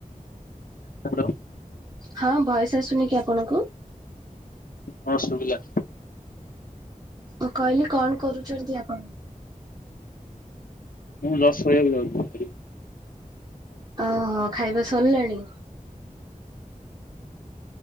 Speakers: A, on the left; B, on the right.
A: ହ୍ୟାଲୋ
B: ହଁ ଭଏସ ଆସୁନି କି ଆପଣଙ୍କୁ?
A: ହଁ ଶୁବିଲା।
B: ମୁଁ କହିଲି କଣ କରୁଛନ୍ତି ଆପଣ?
A: ମୁଁ ଜଷ୍ଟ ଶୋଇବାକୁ ଯାଉଥିଲି।
B: ହଁ ଖାଇବା ସରିଲାଣି?